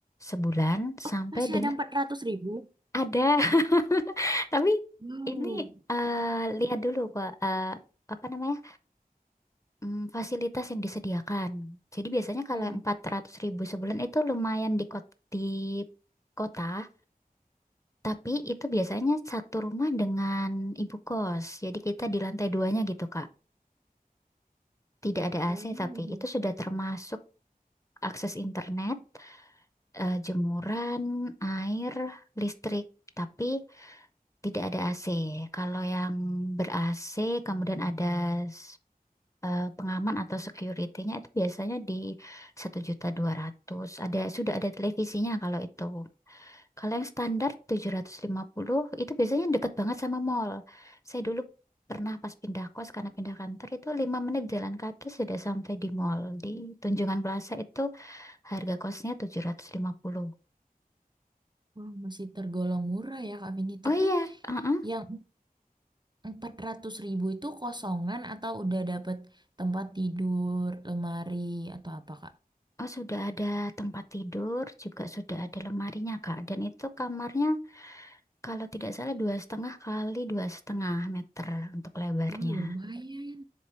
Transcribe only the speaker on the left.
sebulan
sampai
dengan
ada. <laughs> Tapi
ini eh, lihat dulu Kak, eh, apa namanya? mm, fasilitas yang disediakan. Jadi biasanya kalau
yang empat ratus ribu sebulan itu lumayan di kot- di kota Tapi itu biasanya satu rumah dengan ibu kos. Jadi kita di lantai duanya gitu, Kak. Tidak ada
AC tapi
itu sudah termasuk akses internet, eh, jemuran, air, listrik. Tapi tidak ada AC. Kalau yang ber-AC kemudian ada s- eh, pengaman atau security-nya itu biasanya di satu juta dua ratus. Ada sudah ada televisinya kalau itu. Kalau yang standar 750 itu biasanya deket banget sama mall. Saya dulu pernah pas pindah kos karena pindah kantor itu 5 menit jalan kaki sudah sampai di mall. Di Tunjungan Plaza itu harga kosnya 750.
Oh
iya, uh-uh.
Oh sudah ada tempat tidur, juga sudah ada lemarinya Kak. Dan itu kamarnya kalau tidak salah dua setengah kali dua setengah meter untuk lebarnya.